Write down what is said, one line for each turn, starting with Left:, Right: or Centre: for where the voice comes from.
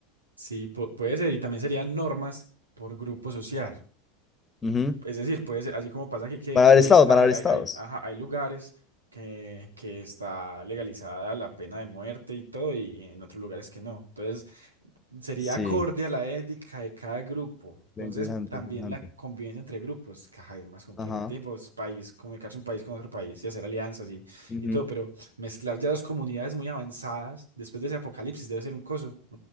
Right: Sí, pu- puede ser, y también serían normas por grupo social.
Left: Ujú.
Right: Es decir, puede ser, así como pasa que, que,
Left: Van
Right: que
Left: a haber
Right: ahí
Left: estados,
Right: está,
Left: van
Right: hay,
Left: a haber
Right: hay,
Left: estados.
Right: hay- ajá, hay lugares que, que está legalizada la pena de muerte y todo, y en otros lugares que no. Entonces, sería
Left: Sí,
Right: acorde a la ética de cada grupo. Entonces,
Left: ve, interesante,
Right: también
Left: interesante.
Right: la convivencia entre grupos, caja, es más compleja.
Left: Ajá.
Right: Tipo, es país, comunicarse un país con otro país y hacer alianzas y,
Left: ujú,
Right: y todo, pero mezclar ya dos comunidades muy avanzadas después de ese apocalipsis debe ser un coso,